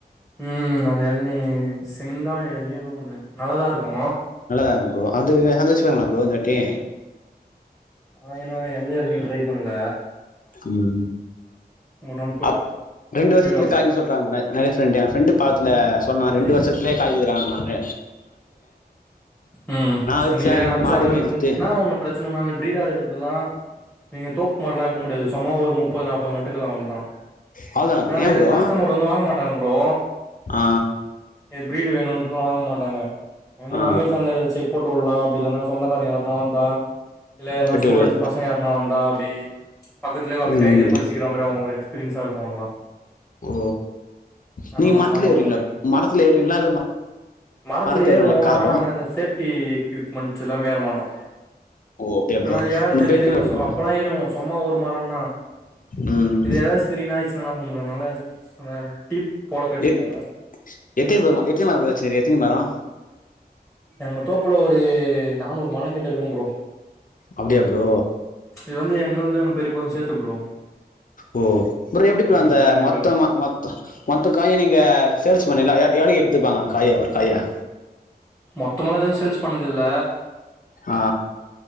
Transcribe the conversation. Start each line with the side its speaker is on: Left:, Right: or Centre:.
Centre: ம் அந்த எழநி செங்காய் எழநி எத ஒண்ணு நல்லாதா இருக்கு
Left: நல்லதாங்க்கு ப்ரோ அது அத வச்சு பாருங்களே ப்ரோ இந்த வாட்டி
Centre: ஆ இன்னு எந்த எளநீயு ட்ரை பண்ல
Left: ம்
Centre: ஒரு நாள் போய்
Left: அப் ரெண்டு வருஷத்லே
Centre: போயிட்டு வரணு
Left: காய்க்கு சொல்றாங்க நெறைய ஃப்ரெண்டு என் ஃப்ரெண்டு பக்த்துல சொன்னா
Centre: சந்தைக்கு
Left: ரெண்டு வருஷத் லே காய்க்குறா நாங்க
Centre: ம்
Left: வச்சே
Centre: நீங்க
Left: எங்க
Centre: அது
Left: மாடு
Centre: சொன்ன
Left: மேஞ்சிட்டு
Centre: நா ஒன்னு பிரச்சனனா அந்த பீரிடா இருக்கிறதுல்லா நீங்க தோப்பு மாரில்லா இருக்க முடியாது சொம்மா ஒரு முப் முப்பது நாப்பது நட்டுகள் அவ்ள தா
Left: அவ்ளோதானா ப்ரோ
Centre: ஆனா
Left: ஏன்
Centre: இது
Left: ப்ரோ
Centre: கஸ்டமர் வந்து வாங்க மாட்டாங்க ப்ரோ
Left: ஆ
Centre: ய ப்ரீடு வேணும்ன்றலா வாங்க மாட்டாங்க
Left: ஆ
Centre: அமேசான்ல எதாச்சு போட்டுவுலா அப்டி இல்லன்னா சொந்தக்கார யார்னா வந்தா இல்ல எந்த
Left: வெட்டி
Centre: ஸ்டூடென்ட்
Left: விடு
Centre: பசங்க யார்னா னா வந்தா அப்டி பக்கத்துலே அப்டி
Left: ம்
Centre: கையிலே புடிச்சுக்கிற மாரி அவங்க ஒரு எக்ஸ்பீரியன்ஸா இருக்கு அவ்ளதா
Left: ஓ
Centre: அந்த
Left: நீங்க
Centre: மாரிதா
Left: மரத்துல
Centre: பண்ண
Left: ஏறீங்ளா
Centre: முடியு
Left: மரத்துல ஏறுவிங்களா இல்ல
Centre: மரத்துல
Left: மரத்து
Centre: ஏறுவோ
Left: ஏறுவாங்களா கார்
Centre: ஆனா
Left: ப்ரோ
Centre: நாங்க அந்த சேப்டி எக்யூப்மெண்ட்ஸ் இல்லாம ஏற மாட்டோ
Left: ஓ அப்டியா ப்ரோ
Centre: ஆ யா
Left: இந்த
Centre: தெரியுதுன்ட்டு
Left: பெல்ட் மாட்டிப்பீங்களா
Centre: அப்பல்லா ஏறுவோம் சொம்மா ஒரு மரம்னா
Left: ம்
Centre: இது எதாச்சு திடீர்னு ஆயிச்சுனா என்னா பண்ண முடியு அதனால நல்லா டீப் போல கட்டிப்போ
Left: எத் எத்தினி மரோ எத்தனி மரோ ப்ரோ வச்சினிரு எத்தனி மரோ
Centre: எங்க தோப்புல ஒரு நானூறு மரோம் கிட்ட இருக்கும் ப்ரோ
Left: அப்டியா ப்ரோ
Centre: இது வந்து எங்கள்து எங்க பெரியப்பாது சேர்த்து ப்ரோ
Left: ஓ அப்பற எப்டி ப்ரோ
Centre: ம்
Left: அந்த
Centre: ரெண்டு
Left: மொத்தமா
Centre: பேர்து
Left: மொ மொத்த காய நீங்க சேல்ஸ்மேன் இல்ல எவ்ளய்க்கு எடுத்துப்பாங்க காய ஒரு காய
Centre: மொத்தமாலா எது சேல்ஸ் பண்ணது இல்ல
Left: ஆ